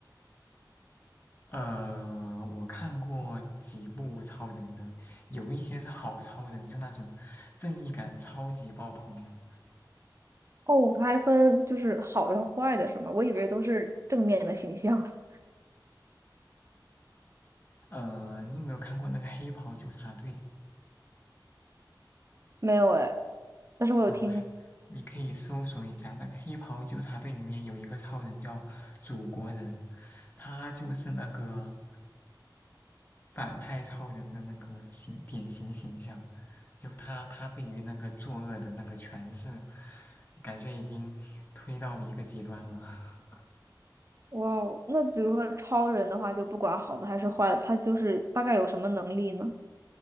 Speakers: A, on the left (about 25°); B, on the right (about 40°).
A: 呃，我看过几部超人的，有一些是好超人，就那种正义感超级爆棚的。
B: 哦，它还分就是好的和坏的，是吗？我以为都是正面的形象。<laughs>
A: 呃，你有没有看过那个《黑袍纠察队》？
B: 没有哎，但是我有听。
A: 嗯，你可以搜索一下，那个《黑袍纠察队》里面有一个超人叫祖国人，他就是那个反派超人的那个形典型形象，就他他对于那个作恶的那个诠释，感觉已经推到了一个极端了。<laughs>
B: 哇哦那比如说超人的话，就不管好的还是坏的，他就是大概有什么能力呢？